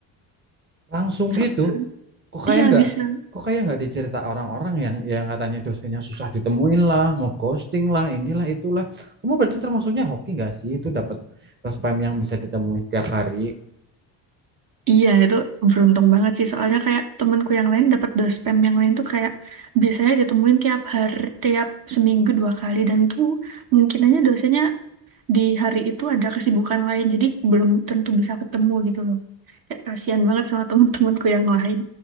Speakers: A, on the right (about 25°); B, on the right (about 45°).
A: Langsung
B: So,
A: gitu. kok kayak
B: iya
A: nggak
B: bisa.
A: kok kayak nggak dicerita orang-orang yang yang katanya dosennya susah ditemuin lah ngeghosting lah inilah itulah kamu berarti termasuknya hoki nggak sih itu dapat pas spam yang bisa ditemuin tiap hari
B: Iya, itu beruntung banget sih. Soalnya kayak temenku yang lain dapat dospem yang lain tuh kayak biasanya ditemuin tiap hari, tiap seminggu dua kali dan tuh mungkin aja dosennya di hari itu ada kesibukan lain, jadi belum tentu bisa ketemu gitu loh. Kayak kasihan banget sama temen-temenku yang lain.